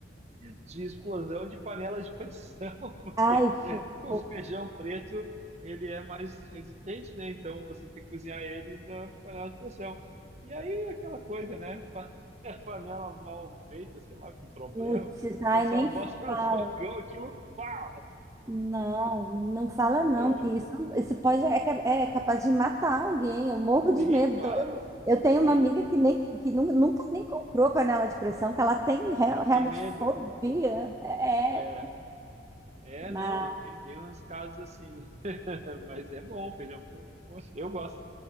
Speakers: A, on the right (about 35°); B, on the right (about 15°).
A: de explosão de panela de pressão, <laughs> porque
B: Ai, que
A: o
B: horror.
A: feijão preto ele é mais resistente, né? Então você tem que cozinhar ele na panela de pressão. E aí aquela coisa, né? Pa- <laughs> Panela mal feita, sei lá, com problema.
B: Putz, ai,
A: O pessoal
B: nem
A: bota
B: fala.
A: no fogão aquilo, pau!
B: Não, não fala não,
A: É,
B: porque isso, isso pode, é, ca- é capaz de matar alguém. Eu morro de
A: sim,
B: medo.
A: claro,
B: Eu tenho
A: sim.
B: uma amiga que, nem, que nu- nunca nem comprou panela de pressão, que ela tem real-
A: Ela tem
B: realmente
A: medo.
B: fobia. É,
A: É,
B: é.
A: é,
B: mas
A: não, tem, tem uns casos assim, <laughs> mas é bom o feijão preto. Poxa, eu gosto,